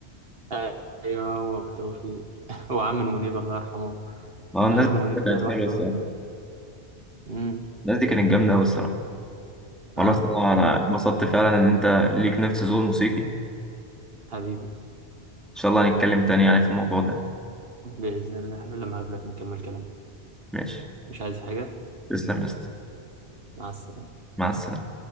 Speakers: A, on the right (about 55°); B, in the centre.
A: آه، أيوه هو توفيق <laughs> وعامر منيب الله يرحمه
B: اه الناس
A: آه، عامر
B: دي
A: منيب
B: كانت
A: ده لوحده
B: حلوه الصراحه
A: مم.
B: الناس دي كانت جامده قوي الصراحه والله
A: اه
B: الصراحه انا
A: أيوه
B: اتبسطت فعلا ان انت ليك نفس ذوق موسيقي
A: حبيبي
B: شاء الله هنتكلم تاني يعني في الموضوع ده
A: بإذن الله لما أقابلك نكمل كلام
B: ماشي
A: مش عايز حاجة
B: تسلم يا اسطى
A: مع السلامة
B: مع السلامة